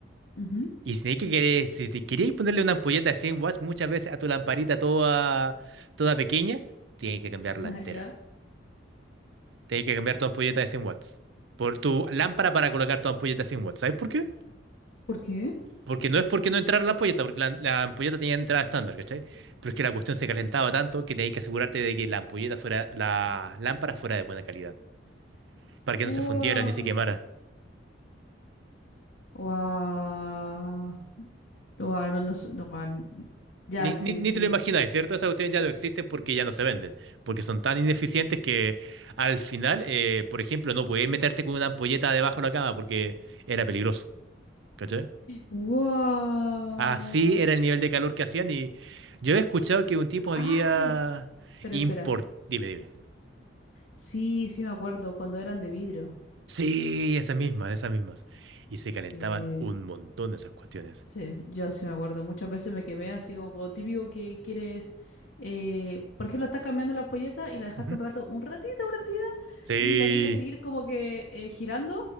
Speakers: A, on the left; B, on the right.
A: ujú. <laughs>
B: Y si tenéis que querer- si te queréis ponerle una ampolleta de 100 watts, muchas veces a tu lamparita toda, toda pequeña, tienes que cambiarla
A: Ah,
B: entera.
A: ya.
B: Tienes que cambiar tu ampolleta de 100 watts. Por tu lámpara para colocar tu ampolleta de 100 watts. ¿Sabes por qué?
A: ¿Por qué?
B: Porque no es porque no entrara la ampolleta, porque la, la ampolleta tenía entrada estándar, ¿cachai? Pero es que la cuestión se calentaba tanto que tenías que asegurarte de que la ampolleta fuera, la lámpara fuera de buena calidad, para que
A: Wow.
B: no se fundiera ni se quemara.
A: Wow. Wow, no, no, sé, no, guau, n- ya,
B: Ni,
A: sí,
B: ni, ni
A: sí.
B: te lo imagináis, ¿cierto? Esas cuestiones ya no existen porque ya no se venden, porque son tan ineficientes que al final, eh, por ejemplo, no podías meterte con una ampolleta debajo de la cama porque era peligroso, ¿cachai?
A: ¡Wow!
B: Así era el nivel de calor que hacían y yo he escuchado que un tipo había
A: ¡Ay! Espera,
B: import...
A: espera.
B: Dime, dime.
A: Sí, sí me acuerdo, cuando eran de vidrio.
B: Sí, esas mismas, esas mismas. Y se calentaban
A: Sí,
B: un montón esas cuestiones.
A: sí, yo sí me acuerdo. Muchas veces me quemé así como, como típico que quieres... eh, por ejemplo, estás cambiando la polleta y la dejaste
B: Ujú,
A: un rato, un ratito prendida,
B: Sí.
A: y la quieres seguir como que eh, girando,